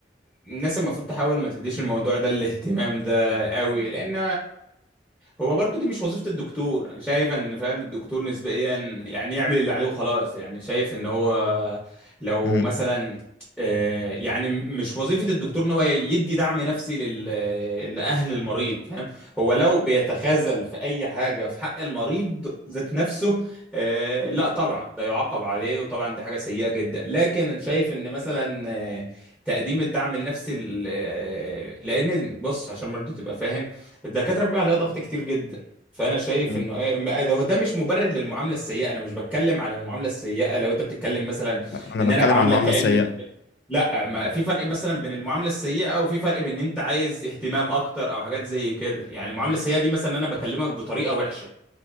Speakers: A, in the centre; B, on the left.
A: الناس المفروض تحاول ما تديش الموضوع ده الاهتمام ده قوي لأن هو برضو دي مش وظيفة الدكتور انا شايف ان فاهم الدكتور نسبيا يعني يعمل اللي عليه وخلاص يعني شايف ان هو لو
B: مم.
A: مثلا آه، يعني م- مش وظيفة الدكتور ان هو يدي دعم نفسي لل... لأهل المريض فاهم هو لو بيتخاذل في اي حاجة في حق المريض ذات نفسه آه، لا طبعا ده يعاقب عليه وطبعا دي حاجة سيئة جدا لكن انا شايف ان مثلا آه، تقديم الدعم النفسي ل- آه، لان بص عشان برضو تبقى فاهم الدكاترة بيبقى عليها ضغط كتير جدا فأنا شايف
B: مم.
A: إنه إيه ما- ده هو ده مش مبرر للمعاملة السيئة أنا مش بتكلم على المعاملة السيئة لو أنت بتتكلم مثلا
B: لا، انا
A: إن أنا
B: بتكلم
A: بعاملك
B: عن المعاملة
A: كأنك
B: السيئة
A: لا ما في فرق مثلا بين المعاملة السيئة وفي فرق بين إن أنت عايز اهتمام أكتر أو حاجات زي كده يعني المعاملة السيئة دي مثلا إن أنا بكلمك بطريقة وحشة